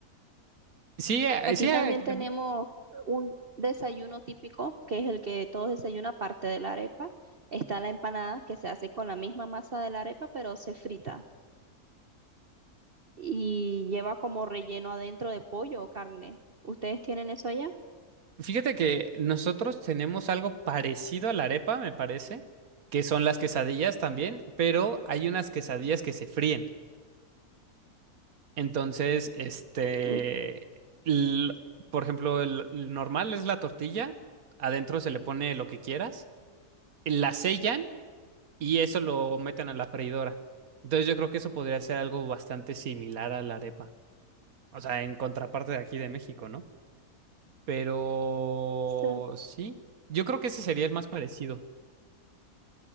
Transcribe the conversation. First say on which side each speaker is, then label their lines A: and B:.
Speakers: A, on the right; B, on the right.
A: Sí, eh,
B: Aquí
A: sí, eh,
B: también
A: aquí
B: tenemos
A: también.
B: un desayuno típico, que es el que todos desayunan aparte de la arepa. Está la empanada, que se hace con la misma masa de la arepa, pero se frita y lleva como relleno adentro de pollo o carne. ¿Ustedes tienen eso allá?
A: Fíjate que nosotros tenemos algo parecido a la arepa, me parece, que son las quesadillas también, pero hay unas quesadillas que se fríen. Entonces, este,
B: Mm,
A: l- por ejemplo, el, el normal es la tortilla, adentro se le pone lo que quieras, la sellan y eso lo meten a la freidora. Entonces, yo creo que eso podría ser algo bastante similar a la arepa, o sea, en contraparte de aquí de México, ¿no? Pero
B: se-
A: sí, yo creo que ese sería el más parecido.